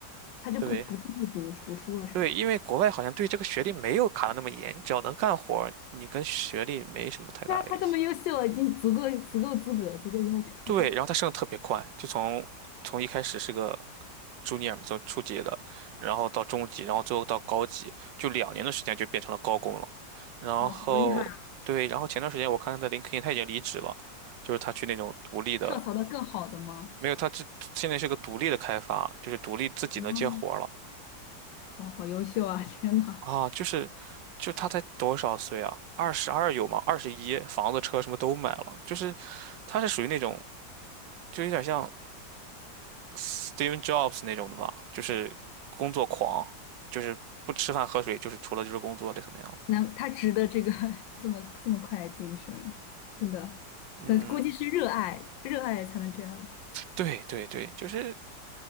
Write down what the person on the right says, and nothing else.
对
对，因为国外好像对这个学历没有卡的那么严，你只要能干活儿你跟学历没什么太大联系。
对，然后他升的特别快，就从从一开始是个。朱尼尔从初级的，然后到中级，然后最后到高级，就两年的时间就变成了高工了。
然后对，
然后前段时间我看他在林肯，他已经离职了，就是他去那种独立的，
没有，他这现在是个独立的开发，就是独立自己能接活儿了
啊，就是就他才多少岁啊？二十二有吗？二十一，房子车什么都买了，就是他是属于那种就有点像。Steve Jobs 那种的吧，就是工作狂，就是不吃饭喝水，就是除了就是工作，类似那样的。
嗯，
对对对，就是，